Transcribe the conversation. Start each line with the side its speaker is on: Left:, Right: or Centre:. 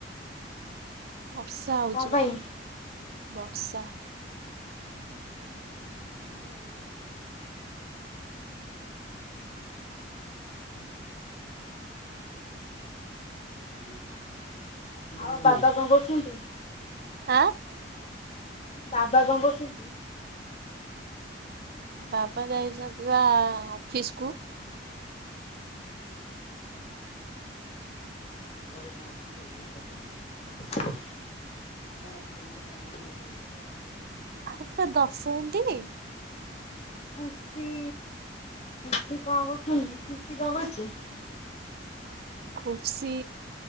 Right: ବର୍ଷା ହଉଚି
Left: କଣ ପାଇଁ?
Right: ବା ବର୍ଷା।
Left: <unintelligible> <unintelligible> ଆଉ ବାବା କଅ କଉଛନ୍ତି?
Right: <unintelligible>
Left: ବାବା କଅ କରୁଛନ୍ତି?
Right: ବାବା ଯାଇଛନ୍ତି ବା ଅଫିସ୍ କୁୁ।
Left: ଘରେ କଅ ଅଛି କ ମୁଁ ପତେଇଦେବି। କଅ ଅଛି ତମର କଅ ନାହିଁ
Right: ପୁରା ଦଶଏଣ୍ଟି।
Left: କୁସି କୁସି କଅ କରୁଛନ୍ତି ଖୁସି କଅ କରୁଚି?
Right: ଖୁସି